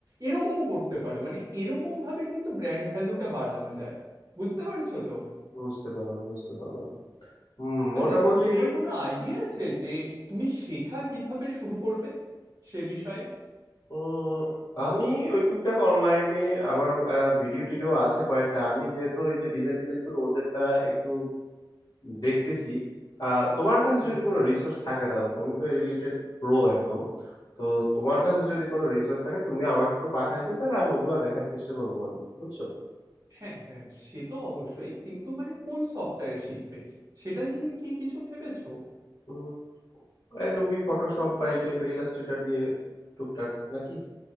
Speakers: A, on the right (about 45°); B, on the left (about 70°).
A: এরকমও করতে পারো মানে এরকম ভাবে কিন্তু ব্র্যান্ড ভ্যালুটা বাড়ানো যায় বুঝতে পারছো তো
B: বুঝতে পারলাম বুঝতে পারলাম হুম
A: আচ্ছা
B: মোটামুটি
A: তো তোমার কোনো আইডিয়া আছে যে তুমি শেখা কিভাবে শুরু করবে সে বিষয়ে
B: উম আমি ওই টুকটাক অনলাইনে আবার ভিডিও টিডিও আছে কয়েকটা আমি যেহেতু ওই যে ডিজাইন টিজাইন করে ওদেরটা একটু দেখতেছি আহ তোমার কাছে
A: হুম
B: যদি
A: হুম
B: কোনো রিসোর্স থাকে দাদা তুমি তো এই রিলেটেড প্রো একদম তো তোমার কাছে যদি কোনো রিসোর্স থাকে তুমি আমাকে একটু পাঠাই দিও তাহলে আমি ওগুলা দেখার চেষ্টা করবো মানে বুঝছো
A: হ্যাঁ হ্যাঁ সে তো অবশ্যই কিন্তু মানে কোন সফটওয়্যার শিখবে সেটা নিয়ে কি কিছু ভেবেছো
B: উম, অ্যাডোবি ফটোশপ বা এই টাইপের ইলাস্ট্রেটর দিয়ে টুকটাক নাকি